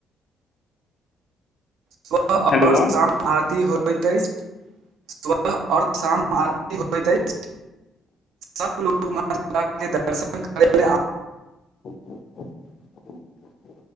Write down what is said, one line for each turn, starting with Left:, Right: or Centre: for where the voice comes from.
Right: सुबह
Left: हेलो
Right: और शाम आरती होइत अछि सुबह और शाम आरती होइत अछि सब लोक म दर्शन कर
Left: ठ <inaudible>